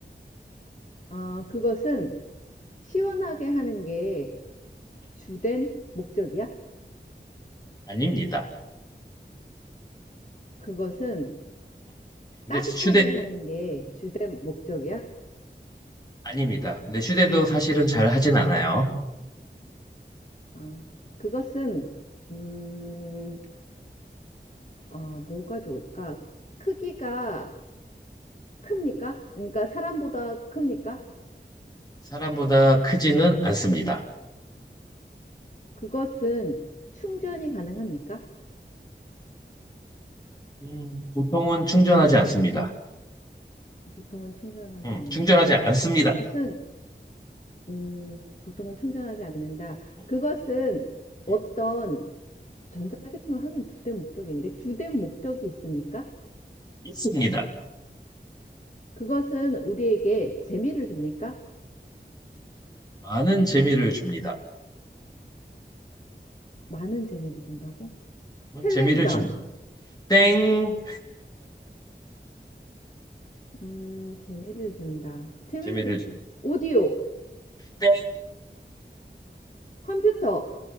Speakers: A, on the left (about 40°); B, on the left (about 20°).
A: 어, 그것은 시원하게 하는 게
B: 음,
A: 주된 목적이야?
B: 아닙니다.
A: 그것은
B: 음. 근데
A: 따뜻하게
B: 휴대,
A: 하는 게 주된 목적이야?
B: 아닙니다. 근데 휴대도 사실은 잘 하진 않아요. 음,
A: 어, 그것은 음, 어, 뭐가 좋을까? 크기가 큽니까? 그러니까 사람보다 큽니까?
B: 사람보다 크지는 않습니다.
A: 그것은 충전이
B: 음,
A: 가능합니까?
B: 음, 보통은 충전하지 않습니다.
A: 보통은 충전하지
B: 음,
A: 않는다.
B: 충전하지 않습니다.
A: 그것은 음, 보통은 충전하지 않는다.
B: 음,
A: 그것은 어떤
B: 음. 음,
A: 전자제품을 하긴 주된 목적인데 주된 목적이 있습니까?
B: 있습니다.
A: 그것은 우리에게 재미를 줍니까?
B: 많은 재미를 줍니다.
A: 많은 재미를 준다고?
B: 음,
A: 텔레비전,
B: 재미를 줍 땡.
A: 음, 재미를 준다. 재미를
B: 재미를
A: 주...
B: 주-
A: 오디오,
B: 땡.
A: 컴퓨터.